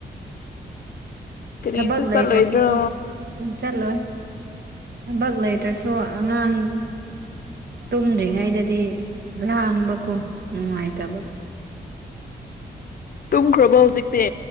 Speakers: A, on the left; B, on the right.
A: ꯀꯔꯤꯁꯨ
B: ꯊꯕꯛ ꯂꯩꯇ꯭ꯔꯁꯨ
A: ꯆꯠꯂꯣꯏꯗ꯭ꯔꯣ
B: ꯀꯣ ꯔꯤꯡ ꯆꯠꯂꯣꯏ ꯊꯕꯛ ꯂꯩꯇ꯭ꯔꯁꯨ ꯑꯉꯥꯡ ꯇꯨꯝꯗ꯭ꯔꯤꯉꯩꯗꯗꯤ ꯂꯥꯡꯕꯀꯣ ꯅꯨꯡꯉꯥꯏꯇꯕ
A: ꯇꯨꯝꯈ꯭ꯔꯕꯣ ꯍꯧꯖꯤꯛꯇꯤ